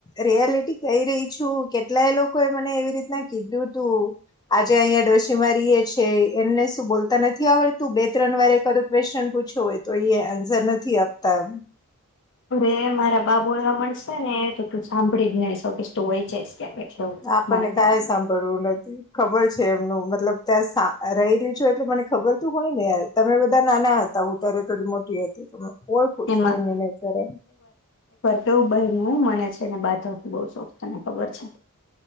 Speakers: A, on the left; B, on the left.
A: રિયાલટી કઈ રહી છું કેટલાય લોકોએ મને એવી રીતના કીધું તું, આજે અહીયા ડોશીમાં રેયએ છે એમને શું બોલતા નથી આવડતું બે, ત્રણ, વાર કું ક્વેશ્ચન પૂછો હોય તો એ આન્સર નથી આપતા
B: અરે મારા બાબુને મળશે ને તો તું સાંભળી જ નહી શકેશ તું વઈ જઈશ ક્યાંક એટલે એવું.
A: આપણને
B: મારા બા
A: કઈ સાંભળવું નથી ખબર છે એમનું મતલબ ત્યાં રહેલી એટલે મને ખબર થી હોય ને, તમે બધા નાના હતા હું ત્યારે થોડી મોટી હતી ઓળખું
B: એમાં
A: છું એમને નેચર
B: કેવું બયનું હું મને છે ને બાધવાનો બવ શોખ તને ખબર છે.